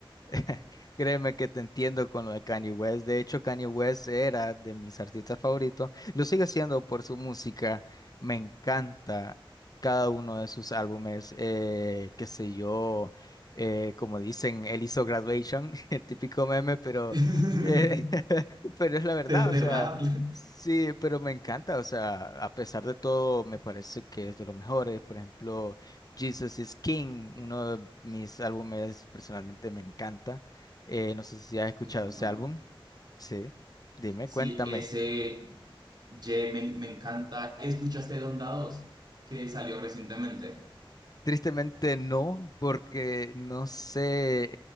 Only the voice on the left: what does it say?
<laughs> Créeme que te entiendo con lo de Kanye West. De hecho, Kanye West era de mis artistas favoritos. Lo sigue siendo por su música. Me encanta cada uno de sus álbumes. Eh, qué sé yo, eh, como dicen, él hizo Graduation, <laughs> el típico meme, pero,
eh, <laughs> pero es la verdad.
O
sea, sí, pero me encanta. O sea, a pesar de todo, me parece que es de los mejores. Por ejemplo. Jesus is King, uno de mis álbumes personalmente me encanta. Eh, no sé si has escuchado
ese álbum. Sí, dime,
cuéntame.
Tristemente no, porque no sé,